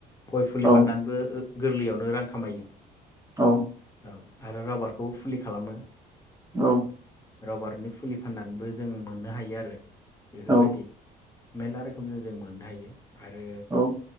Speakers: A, on the left (about 15°); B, on the right (about 15°).
A: गय फुलि
B: औ
A: बानायनानैबो ओ। गोरलैयावनो रां खामायो।
B: औ।
A: औ आरो राबारखौबो फुलि खालामो
B: औ
A: राबारनि फुलि फाननानैबो जों मोननो हायो आरो बेफोरबायदि।
B: औ
A: मेरला रोखोमजों जों मोननो हायो आरो
B: औ